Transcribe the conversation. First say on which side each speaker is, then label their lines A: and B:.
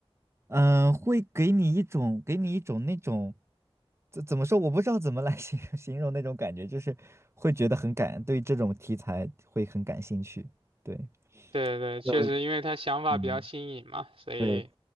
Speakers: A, on the right; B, on the right.
A: 嗯、会给你一种，给你一种那种，怎怎么说？我不知道怎么来 <laughs> 形容形容那种感觉，就是会觉得很感，对这种题材会很感兴趣。对，
B: 对对，
A: 还有，
B: 确实，因为它想法比较新颖嘛，
A: 嗯，
B: 所以
A: 对，